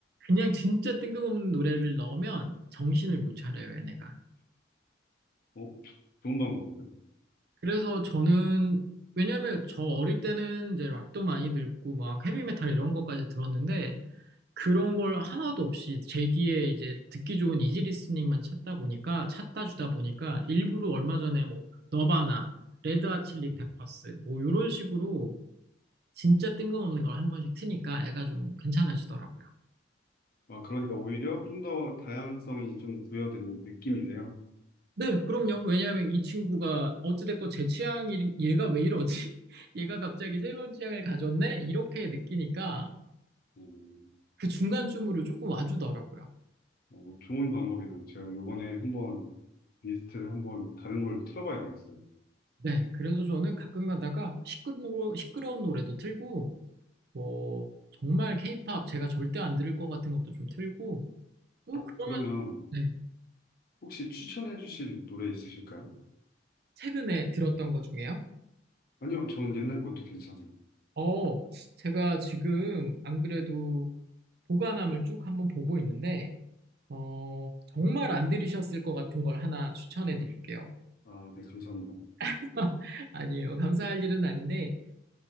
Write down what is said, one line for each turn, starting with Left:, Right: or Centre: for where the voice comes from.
Right: 그냥 진짜 뜬금없는 노래를 넣으면 정신을 못 차려요, 얘네가.
Left: 어, 좋은 방법인데?
Right: 그래서 저는 왜냐면 저 어릴 때는 이제 락도 많이 듣고 막 헤비메탈 이런 것까지 들었는데 그런 걸 하나도 없이 제기에 이제 듣기 좋은 이지 리스닝만 찾다 보니까 찾다 주다 보니까 일부러 얼마 전에 뭐 너바나, 레드핫 칠리
Left: 음.
Right: 페퍼스 뭐 이런 식으로 진짜 뜬금없는 걸 한 번씩 트니까 애가 좀 괜찮아지더라고요.
Left: 아, 그러니까 오히려 좀 더 다양성이 좀 부여된 느낌이세요.
Right: 네, 그럼요. 왜냐하면 이 친구가 어찌됐건 제 취향이 얘가 왜 이러지? <laughs> 얘가 갑자기 새로운 취향을 가졌네? 이렇게 느끼니까
Left: 음,
Right: 그 중간쯤으로 조금 와주더라고요.
Left: 어, 좋은 방법이네요. 제가 이번에 한번 리스트를 한번 다른 걸 틀어봐야 되겠어요.
Right: 네, 그래서 저는 가끔 가다가 시끄러 시끄러운 노래도 틀고 뭐 정말 케이팝 제가 절대 안 들을 것 같은 것도 좀 틀고 또
Left: 어,
Right: 그러면
Left: 그러면
Right: 네,
Left: 혹시 추천해 주실 노래 있으실까요?
Right: 최근에 들었던 것 중에요?
Left: 아니요, 전 옛날 것도 괜찮아요.
Right: 어, 제가 지금 안 그래도 보관함을 쭉 한번 보고 있는데 어, 정말 안 들으셨을 것 같은 걸 하나 추천해 드릴게요.
Left: 아, 네, 감사합니다.
Right: <laughs> 아니에요. 감사할 일은 아닌데